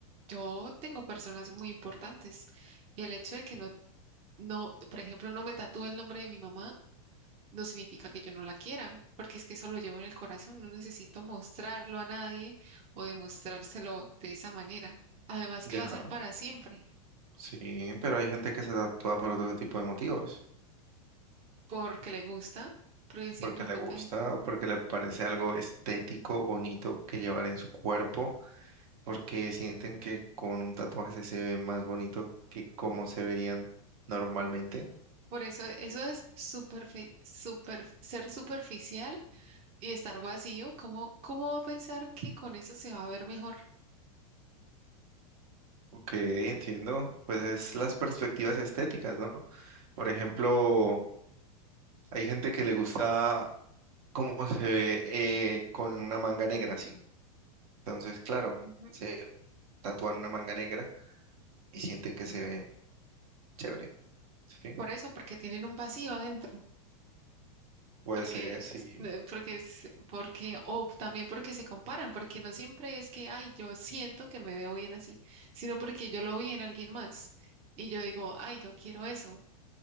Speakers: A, on the right; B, on the right.
A: yo tengo personas muy importantes y el hecho de que no, no, por ejemplo, no me tatúe el nombre de mi mamá, no significa que yo no la quiera, porque es que eso lo llevo en el corazón, no necesito mostrarlo a nadie o demostrárselo de esa manera. Además
B: Ya,
A: que va a ser para siempre,
B: sí, pero hay gente que se tatúa por otro tipo de motivos,
A: porque le gusta, porque simplemente,
B: porque le gusta o porque le parece algo estético, bonito que llevar en su cuerpo, porque sienten que con un tatuaje se, se ve más bonito que como se verían normalmente.
A: por eso, eso es super, super, ser superficial y estar vacío, ¿cómo, cómo va a pensar que con eso se va a ver mejor?
B: Ok, entiendo. Pues es las perspectivas estéticas, ¿no? Por ejemplo, hay gente que le gusta cómo se ve eh, con una manga negra, sí. Entonces, claro,
A: Ujú.
B: se tatúan una manga negra y sienten que se ven chévere, ¿sí?
A: Por eso, porque tienen un vacío adentro,
B: Puede
A: porque,
B: ser, sí.
A: eh, porque, es- porque, o también porque se comparan, porque no siempre es que, ay, yo siento que me veo bien así, sino porque yo lo vi en alguien más y yo digo, ay, yo quiero eso.